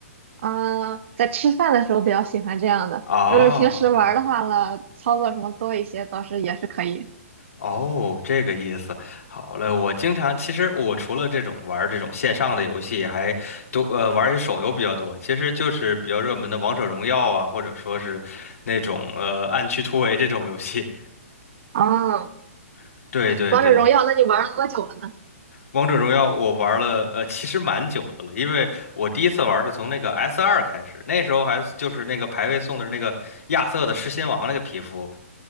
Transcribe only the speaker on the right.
嗯，在吃饭的时候比较喜欢这样的。
如果平时玩儿的话呢，操作什么多一些，倒是也是可以。
哦，
王者荣耀，那你玩了多久了呢？